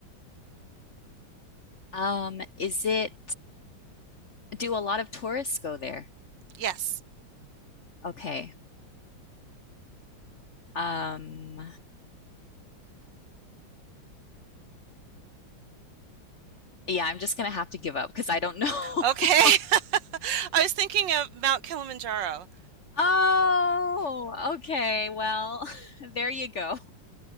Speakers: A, on the left; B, on the right.
A: Um, is it do a lot of tourists go there?
B: Yes.
A: Okay. Um, yeah, I'm just gonna have to give up because I don't know.
B: Okay.
A: <laughs>
B: <laughs> I was thinking of Mount Kilimanjaro.
A: Oh, okay. Well, <laughs> there you go.